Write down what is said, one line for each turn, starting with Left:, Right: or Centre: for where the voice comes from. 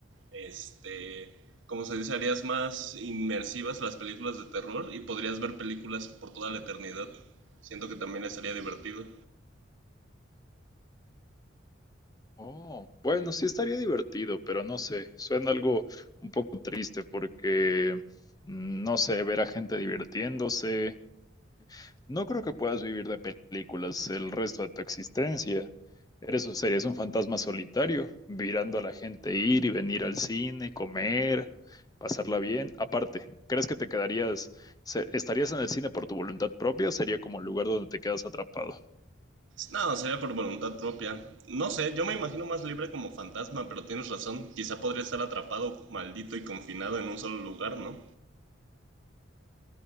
Right: Este, como se dice, harías más inmersivas las películas de terror y podrías ver películas por toda la eternidad. Siento que también estaría divertido.
Left: Oh, bueno, sí estaría divertido, pero no sé, suena algo un poco triste porque, mm, no sé, ver a gente divirtiéndose No creo que puedas vivir de películas el resto de tu existencia. Eres, o serías un fantasma solitario, mirando a la gente ir y venir al cine, comer, pasarla bien. Aparte, ¿crees que te quedarías, se- estarías en el cine por tu voluntad propia o sería como el lugar donde te quedas atrapado?
Right: No, sería por voluntad propia. No sé, yo me imagino más libre como fantasma, pero tienes razón. Quizá podría estar atrapado, maldito y confinado en un solo lugar, ¿no?